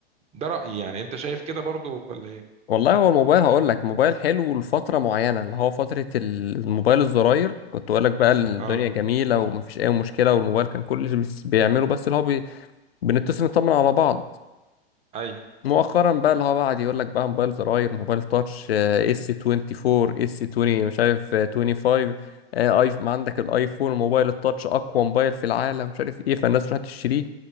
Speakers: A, on the right; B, on the left.
A: ده رأيي يعني انت شايف كده برضو ولا ايه
B: والله هو الموبايل هقول لك موبايل حلو لفتره معينه اللي هو فتره الموبايل الزراير كنت اقول لك بقى الدنيا
A: اه
B: جميله ومفيش اي مشكله والموبايل كان كل اللي بس- بيعمله بس اللي هو بي... بنتصل نطمن على بعض
A: ايوه
B: مؤخرا بقى اللي هو بقى قعد يقول لك بقى موبايل زراير موبايل تاتش آه، اس 24 اس 20 مش عارف آه، 25 آه، ايف ما عندك الايفون موبايل التاتش اقوى موبايل في العالم مش عارف ايه فالناس راح تشتريه